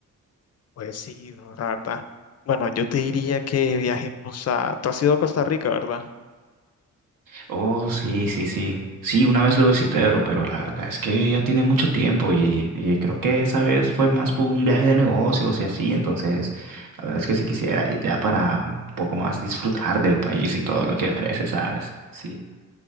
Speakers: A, on the left; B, on the right.
A: Pues sí, no, la verdad. Bueno, yo te diría que viajemos a... Tú has ido a Costa Rica, ¿verdad?
B: Oh, sí, sí, sí. Sí, una vez lo visité, bro, pero la verdad es que ya tiene mucho tiempo y, y creo que esa vez fue más por un viaje de negocios y así, entonces la verdad es que sí quisiera ir ya para un poco más disfrutar del país y todo lo que ofrece, ¿sabes? Sí.